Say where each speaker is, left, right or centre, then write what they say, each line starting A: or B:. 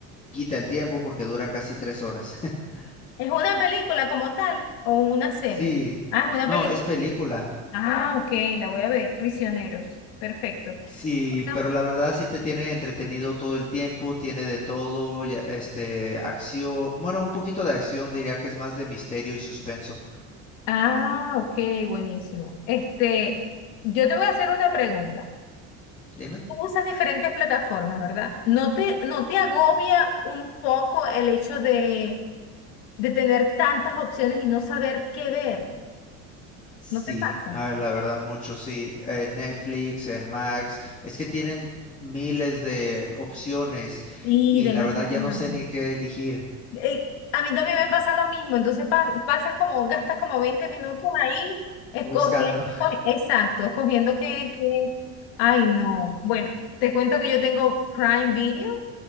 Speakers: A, on the left; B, on the left.
A: quita el tiempo porque dura casi tres horas. <laughs>
B: ¿Es una película como tal o una serie?
A: Sí,
B: Ah, es una
A: no,
B: película.
A: es película.
B: Ah, ok, la voy a ver. Prisioneros. Perfecto.
A: Sí,
B: Bueno,
A: pero la verdad sí te tiene entretenido todo el tiempo, tiene de todo, ya- este, acción, bueno, un poquito de acción diría que es más de misterio y suspenso.
B: Ah, ok, buenísimo. Este, yo te voy a hacer una pregunta.
A: Dime.
B: Tú Usas diferentes plataformas, ¿verdad? ¿No te, no te agobia un poco el hecho de, de tener tantas opciones y no saber qué ver?
A: Sí,
B: ¿No te pasa?
A: a ver, la verdad mucho, sí. En Netflix, en Max, es que tienen miles de opciones
B: Sí,
A: y
B: demasiado.
A: la verdad ya no sé ni qué elegir
B: Eh, a mí también me pasa lo mismo, entonces pa- pasas como, gastas como 20 minutos ahí escogiendo,
A: buscando. <laughs>
B: escogi- exacto, escogiendo que, que, ay no. Bueno, te cuento que yo tengo Prime Video.